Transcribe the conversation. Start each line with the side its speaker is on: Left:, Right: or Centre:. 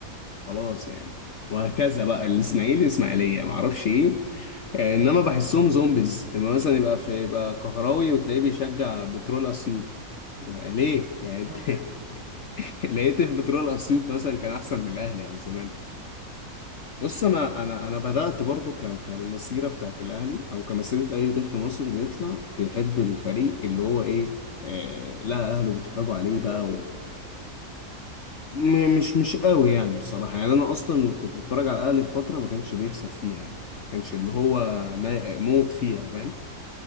Left: خلاص يعني وهكذا بقى الاسماعيلي اسماعيليه معرفش ايه آه، انما بحسهم زومبيز اما مثلا يبقى في يبقى كهراوي وتلاقيه بيشجع بترول اسيوط آه، ليه
Right: مش
Left: يعني انت
Right: منطقي
Left: <laughs> لقيت في بترول اسيوط مثلا كان احسن من الاهلي او الزمالك بص انا انا انا بدات برضو ك كالمسيره بتاعت الاهلي او كمسيره اي طفل مصري بيطلع بيحب الفريق اللي هو ايه آه لا اهله بيتفرجوا
Right: <laughs> اللي
Left: عليه
Right: غالبا
Left: بقى
Right: بيكسب
Left: و... م- مش مش قوي يعني بصراحه يعني انا اصلا كنت بتفرج على الاهلي في فتره ما كانش بيكسب فيها يعني ما كانش اللي هو ما موت فيها فاهم